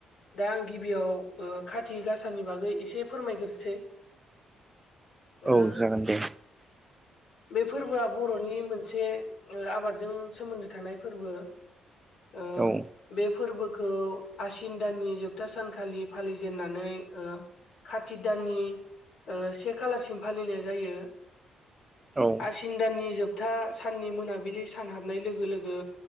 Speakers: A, on the left; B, on the right.
A: दा आं गिबियाव ओ खाथि गासानि बागै एसे फोरमायग्रोसै ओ
B: औ जागोन दे
A: बे फोरबोआ बि मोनसे ओ आबादजों सोमोन्दो थानाय फोरबो ओ
B: औ
A: बे फोरबोखौ आसिन दाननि जोबथा सानखालि फालिजेननानै ओ खाति दाननि ओ से खालारसिम फालिनाय जायो
B: औ
A: आसिन दाननि जोबथा साननि मोनाबिलि सान हाबनाय लोगो लोगो